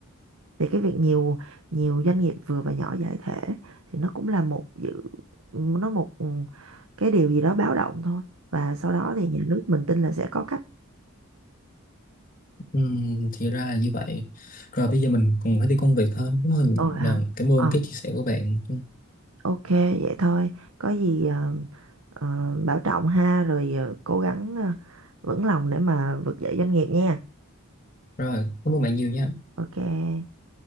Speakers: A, on the right; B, on the left.
A: thì cái việc nhiều nhiều doanh nghiệp vừa và nhỏ giải thể thì nó cũng là một dự nó một ừ, cái điều gì đó báo động thôi và sau đó thì nhà nước mình tin là sẽ có cách
B: ừ, thì ra là như vậy rồi bây giờ mình còn phải đi công việc hơn Rất
A: ôi hả
B: là cảm ơn
A: ờ
B: cái chia sẻ của bạn Ừ,
A: ok vậy thôi có gì ờ, ờ, bảo trọng ha rồi ờ, cố gắng ờ, vững lòng để mà vực dậy doanh nghiệp nha
B: rồi cảm ơn bạn nhiều nha
A: ok